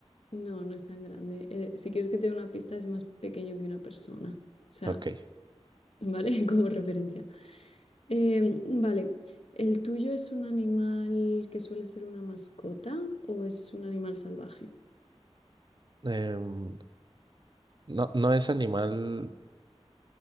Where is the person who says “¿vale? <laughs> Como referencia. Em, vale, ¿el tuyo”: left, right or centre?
Left